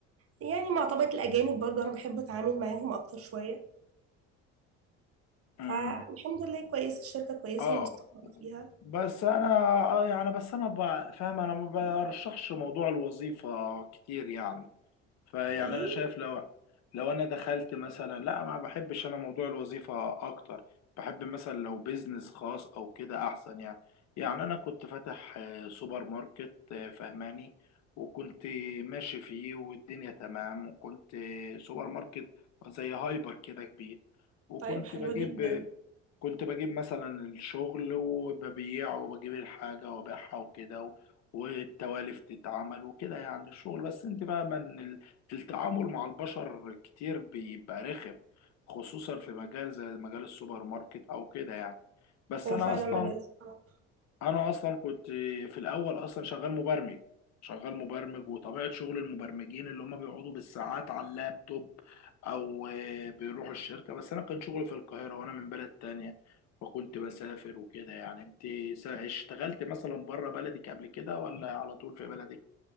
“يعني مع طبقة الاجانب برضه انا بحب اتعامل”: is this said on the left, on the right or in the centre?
Right